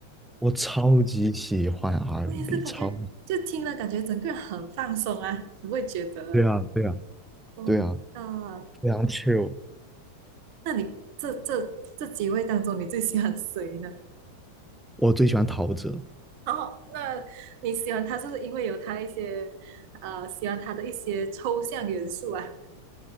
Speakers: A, in the centre; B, on the right.
A: 我超级喜欢
B: <laughs>
A: R&B，
B: 我也是感觉，
A: n 超，
B: 就听了感觉整个人很放松啊，不会觉得啊。
A: 对啊对啊
B: 哦，
A: 对啊，
B: 啊，
A: 非常 c h i l
B: 那你这这这几位当中，你最喜欢谁呢？
A: 我最喜欢陶喆。
B: 哦，那你喜欢他是不是因为有他一些呃，喜欢他的一些抽象元素啊？